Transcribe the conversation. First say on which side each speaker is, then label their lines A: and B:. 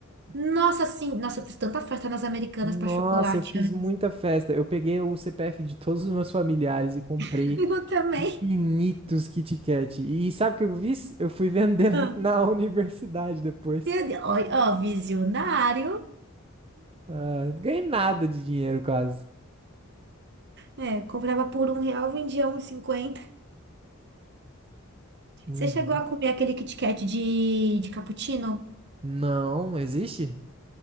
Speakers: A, on the right; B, on the right.
A: Nossa, sim, nossa, eu fiz tanta festa nas Americanas
B: Nossa,
A: pra chocolate.
B: eu fiz
A: né?
B: muita festa. Eu peguei o CPF de todos os meus familiares e comprei
A: <laughs> Eu também.
B: infinitos Kit Kat. E sabe o que eu fiz? Eu fui vender <laughs>
A: Ah.
B: na universidade depois.
A: Meu Deus, ó, ó, visionário.
B: Ah, não ganhei nada de dinheiro quase.
A: É, comprava por um real, vendia um e cinquenta
B: Uhum.
A: Você chegou a comer aquele Kit Kat de, de cappuccino?
B: Não, existe?